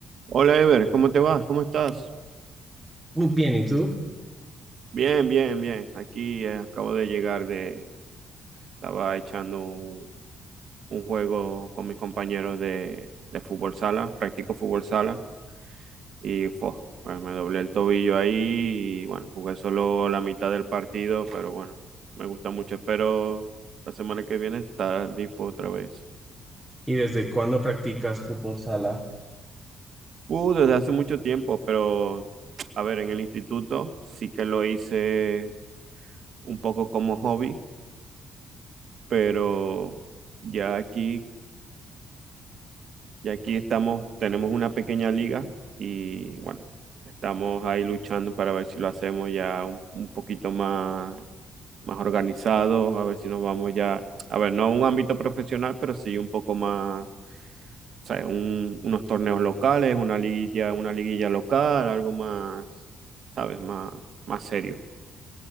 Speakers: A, on the right; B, in the centre.
A: Hola Ever, ¿cómo te vas? ¿Cómo estás?
B: Bien, ¿y tú?
A: Bien, bien, bien. Aquí eh, acabo de llegar de... Estaba echando un, un juego con mis compañeros de, de fútbol sala, practico fútbol sala y fue, bueno, me doblé el tobillo ahí y bueno, jugué solo la mitad del partido, pero bueno, me gusta mucho. Espero la semana que viene estar dispo otra vez.
B: ¿Y desde cuándo practicas fútbol sala?
A: Uh, desde hace mucho tiempo, pero a ver, en el instituto sí que lo hice un poco como hobby pero ya aquí, ya aquí estamos, tenemos una pequeña liga y bueno, estamos ahí luchando para ver si lo hacemos ya un, un poquito más, más organizado, a ver si nos vamos ya, a ver, no a un ámbito profesional, pero sí un poco más, o sea, un- unos torneos locales, una liguilla, una liguilla local, algo más, ¿sabes? Más, más serio.